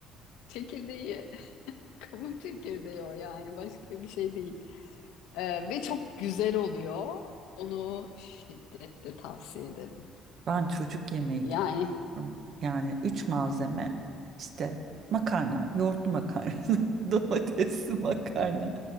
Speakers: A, on the left (about 85°); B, on the right (about 50°).
A: Çekirdeği. <laughs> Kavun çekirdeği o yani başka bir şey değil. Ee, ve çok güzel oluyor. Onu şiddetle tavsiye ederim.
B: Ben çocuk yemeği
A: Yani
B: gibi. yapıyorum. Yani üç malzeme işte makarna, yoğurtlu makarna, <laughs> domatesli makarna,
A: e,